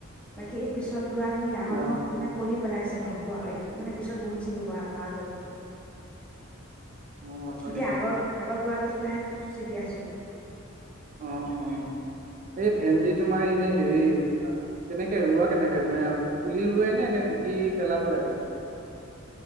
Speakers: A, in the centre; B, on the right.
A: বাকী এই পিছত ৰাখিনি ডাঙৰ
B: অ'।
A: ডাঙৰ মানে কলি পেলাইছে হ'ব আৰু। মানে পিছত বহুত ছিকিব প পাৰা যাব।
B: অ', হয়
A: এতিয়া
B: নেকি?
A: আগৰ আগত ৰোৱা কেইজোপা হে চি কি আছো।
B: অ', - অ', এই ভেন্দি তোমাৰ এনেই হেৰি কেনেকে ৰোৱা কেনেকে ম', অলপ পুলি ৰুোৱাই নে এনে গুটি পেলাব লাগে?